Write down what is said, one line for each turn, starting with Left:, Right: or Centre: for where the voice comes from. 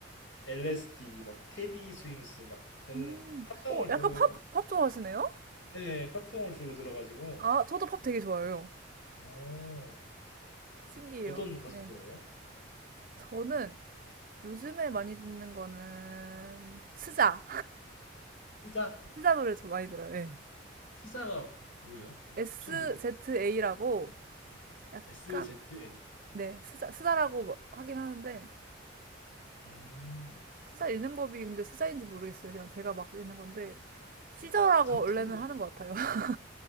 Left: LSD 막 테디 스임스 막 저는
Right: 음.
Left: 팝송을
Right: 오 약간
Left: 저
Right: 팝, 팝 좋아하시네요?
Left: 네, 팝송을 주로 들어가지고
Right: 아, 저도 팝 되게 좋아해요.
Left: 오,
Right: 신기해요.
Left: 어떤 가수
Right: 예.
Left: 좋아해요?
Right: 저는 요즘에 많이 듣는 거는 스자.
Left: 스자
Right: 스자 노래 좀 많이 들어요. 예.
Left: 스자가 누구예요?
Right: SZA라고
Left: 처음 들어
Right: 약간,
Left: SZA
Right: 네, 스자, 스자라고 뭐 하긴 하는데,
Left: 음
Right: 스사 읽는 법이 근데 스사인지 모르겠어요. 그냥 제가 막 읽는 건데 시저라고
Left: 어, 장,
Right: 원래는
Left: 장르가
Right: 하는
Left: 뭐예요?
Right: 것 같아요. <laughs>